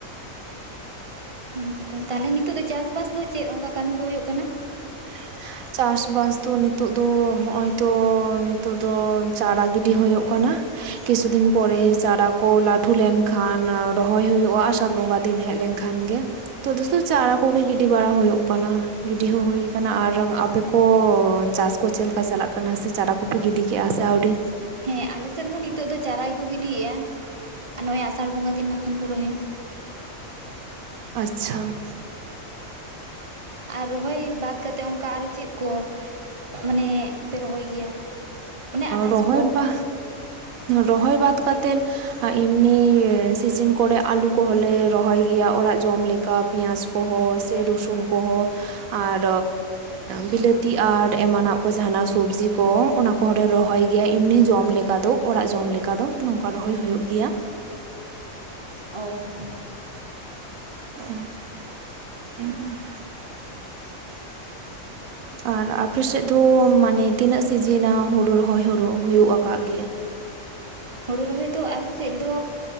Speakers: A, on the right; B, on the right.
A: ᱦᱩᱸ ᱛᱟᱦᱚᱞᱮ ᱱᱤᱛᱚᱜ ᱫᱚ ᱪᱟᱥ ᱵᱟᱥ ᱫᱚ ᱪᱮᱫ ᱚᱱᱠᱟ ᱠᱟᱹᱢᱤ ᱠᱚ ᱦᱩᱭᱩᱜ ᱠᱟᱱᱟ?
B: <inaudible> ᱪᱟᱥ ᱵᱟᱥ ᱫᱚ ᱱᱤᱛᱚᱜ ᱫᱚ ᱦᱚᱜᱚᱭ ᱛᱚ ᱱᱤᱛᱚᱜ ᱫᱚ ᱪᱟᱨᱟ ᱜᱤᱰᱤ ᱦᱩᱭᱩᱜ ᱠᱟᱱᱟ ᱾ ᱠᱤᱪᱷᱩ ᱫᱤᱱ ᱯᱚᱨᱮ ᱪᱟᱨᱟ ᱠᱚ ᱞᱟᱹᱴᱩ ᱞᱮᱱ ᱠᱷᱟᱱ ᱨᱚᱦᱚᱭ ᱦᱩᱭᱩᱜᱼᱟ, ᱟᱥᱟᱲ ᱵᱚᱸᱜᱟ ᱫᱤᱱ ᱦᱮᱡ ᱞᱮᱱᱠᱷᱟᱱ ᱾ ᱠᱷᱟᱱ ᱜᱮ ᱛᱚ ᱫᱚᱮᱥᱛᱚ ᱪᱟᱨᱟ ᱠᱚᱜᱮ ᱜᱤᱰᱤ ᱵᱟᱲᱟ ᱦᱩᱭᱩᱜ ᱠᱟᱱᱟ ᱜᱤᱰᱤ ᱦᱚᱸ ᱦᱚᱭ ᱠᱟᱱᱟ ᱟᱨ ᱟᱯᱮ ᱠᱚ ᱪᱟᱥ ᱠᱚ ᱪᱮᱫ ᱞᱮᱠᱟ ᱪᱟᱞᱟᱜ ᱠᱟᱱᱟ ᱥᱮ ᱪᱟᱨᱟ ᱠᱚᱯᱮ ᱜᱤᱰᱤ ᱠᱮᱫᱟ ᱥᱮ ᱟᱹᱣᱨᱤ?
A: ᱦᱮᱸ ᱟᱞᱮ ᱥᱮᱫ ᱦᱚᱸ ᱱᱤᱛᱚᱜ ᱫᱚ ᱪᱟᱨᱟ ᱠᱚ ᱜᱤᱰᱤᱭᱮᱫᱼᱟ ᱟᱨ ᱱᱚᱜ ᱚᱭ ᱟᱥᱟᱲ ᱵᱚᱸᱜᱟ ᱫᱤᱱ ᱠᱷᱟᱱ ᱠᱚ ᱨᱚᱦᱚᱭᱟ ᱾
B: ᱟᱪᱪᱷᱟ ᱾
A: ᱟᱨ ᱨᱚᱦᱚᱭ ᱵᱟᱫ ᱠᱟᱛᱮᱫ ᱚᱱᱠᱟ ᱟᱨᱦᱚ ᱪᱮᱫ ᱠᱚ ᱢᱟᱱᱮ ᱯᱮ ᱨᱚᱦᱚᱭ ᱜᱮᱭᱟ? ᱚᱱᱮ ᱟᱱᱟᱡ
B: ᱨᱚᱦᱚᱭ
A: ᱠᱚ
B: ᱵᱟ ᱨᱚᱦᱚᱭ ᱵᱟᱫ ᱠᱟᱛ ᱛᱮᱱ ᱟᱨ ᱮᱢᱱᱤ ᱥᱤᱡᱤᱱ ᱠᱚᱨᱮ ᱟᱞᱩ ᱠᱚᱦᱚᱸ ᱞᱮ ᱨᱚᱦᱚᱭ ᱜᱮᱭᱟ ᱚᱲᱟᱜ ᱡᱚᱢ ᱞᱟᱹ ᱯᱤᱭᱟᱡ ᱠᱚᱦᱚ ᱥᱮ ᱨᱚᱥᱩᱱ ᱠᱚᱦᱚ ᱟᱨ ᱵᱤᱞᱟᱹᱛᱤ ᱟᱨ ᱮᱢᱟᱱᱟᱜ ᱠᱚ ᱡᱟᱦᱟᱸᱱᱟᱜ ᱥᱚᱵᱡᱤ ᱠᱚ ᱚᱱᱟ ᱠᱚᱨᱮ ᱨᱚᱦᱚᱭ ᱜᱮᱭᱟ ᱮᱢᱱᱤ ᱡᱚᱢ ᱞᱮᱠᱟ ᱫᱚ ᱚᱲᱟᱜ ᱡᱚᱢ ᱞᱮᱠᱟ ᱫᱚ ᱱᱚᱝᱠᱟ ᱨᱚᱦᱚᱭ ᱦᱳᱭᱳᱜ ᱜᱮᱭᱟ᱾
A: ᱚᱻ
B: ᱩᱸᱻ ᱩᱸᱻ
A: <unintelligible>
B: ᱟᱨ ᱟᱯᱮᱥᱮᱫ ᱫᱚ ᱢᱟᱱᱮ ᱛᱤᱱᱟᱹᱜ ᱥᱤᱡᱤᱱᱟ ᱦᱳᱲᱳ ᱨᱚᱦᱚᱭ ᱦᱳᱲᱳ ᱦᱩᱭᱩᱜ ᱟᱠᱟᱫ ᱜᱮᱭᱟ?
A: ᱦᱳᱲᱳ ᱨᱚᱦᱚᱭ ᱫᱚ ᱟᱞᱮ ᱥᱮᱫ ᱫᱚ